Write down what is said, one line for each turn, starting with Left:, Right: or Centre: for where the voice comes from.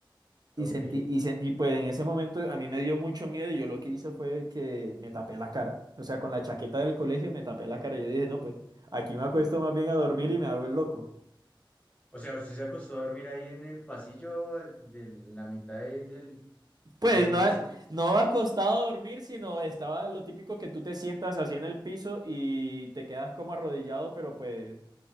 Left: Ok.
Right: Y sentí, y, se- y pues en ese momento a mí me dio mucho miedo y yo lo que hice fue que me tapé la cara. O sea, con la chaqueta del colegio me tapé la cara. Yo dije, no, pues aquí me acuesto más bien a dormir y me hago el loco.
Left: O sea, ¿usted se acostó a dormir ahí en el pasillo ah, de la mitad de- del,
Right: Pues
Left: del edificio?
Right: no, a- no acostado a dormir, sino estaba lo típico que tú te sientas así en el piso y te quedas como arrodillado, pero pues